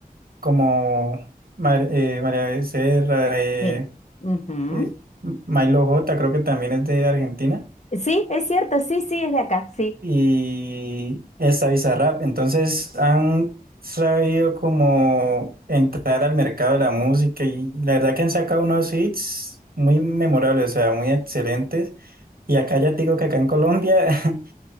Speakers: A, on the right; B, on the left.
A: como... Mar- eh, María Becerra, eh,
B: Sí. Ujú.
A: eh, Milo J creo que también es de Argentina
B: Sí, es cierto, sí, sí, es de acá, sí.
A: y esta Bizarrap. Entonces han sabido como entrar al mercado de la música y la verdad que han sacado unos hits muy memorables, o sea, muy excelentes. Y acá ya te digo que acá en Colombia <laughs>